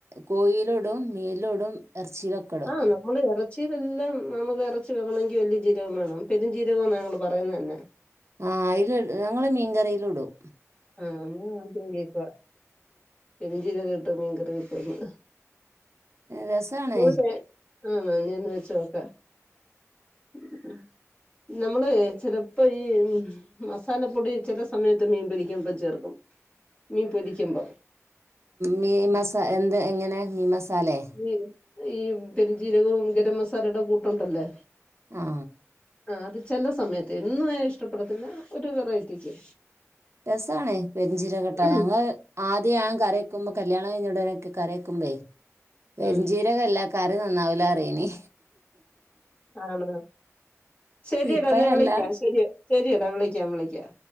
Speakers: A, on the right; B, on the left.
A: കോയിലിടും മീനിലും ഇടും ഇറച്ചിയിലൊക്കെ ഇടും
B: ആഹ് നമ്മള് ഇറ, ഇത് എല്ലാം നമുക്ക് ഇറച്ചി വെക്കണമെങ്കിൽ വലിയ ജീരകവും വേണം പെരും ജീരകം എന്നാ ഞങ്ങള് പറയുന്നത്തന്നെ
A: ആഹ് അയില് ഇടും ഞങ്ങള് മീൻകറില് ഇടും
B: ഞാനും ആദ്യം കേക്കുക പെരിഞ്ചീരകം ഇട്ട് മീൻകറി വെയ്ക്കുന്നേ
A: രസാണ്
B: <unintelligible> അങ്ങനെ വെച്ച്നോക്കാം ഉ ഉ നമ്മള് ചിലപ്പോ ഈ മസാലപ്പൊടി ചില സമയത്ത് മീൻ പൊരി <unintelligible> ചെർക്കും മീ പൊരിക്കുമ്പോ
A: മീ മസ എന്ത് എങ്ങനെ മീൻ മസാലേ
B: ഈ ഈ പെരും ജീരകവും ഗരം മസാലയുടെ കൂട്ടുണ്ടല്ലേ
A: ആ
B: ആഹ് അത് ചെല്ല സമയത്ത് എന്നും ആയാ ഇഷ്ടപ്പെടത്തില്ല ഒരു വെറൈറ്റിക്ക്
A: രസണ് പെരിഞ്ചിരകം ഇട്ടാ
B: ഉം
A: ഞങ്ങള് ആദ്യം ഞാൻ കറിയക്കുമ്പോ കല്യാണണം കഴിഞ്ഞ ഉടനൊക്കെ കറിയാക്കുമ്പേ പെരിഞ്ചീരി
B: ഉം
A: <unintelligible> കാറി നന്നാവൂല പറിയെനി
B: ആണ ശരിയടാ
A: ഇപ്പോഴല്ല
B: എന്നാ വിളിക്കാം ശരി ശരിയടാ വിളിക്കാം വിളിക്കാം